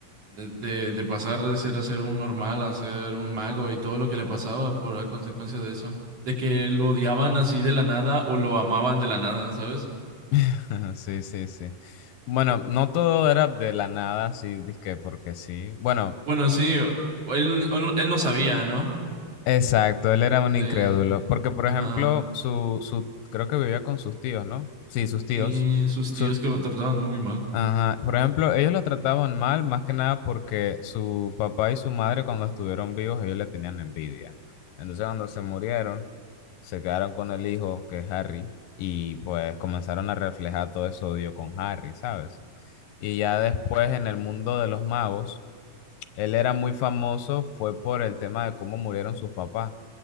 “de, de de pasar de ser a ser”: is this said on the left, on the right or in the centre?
Right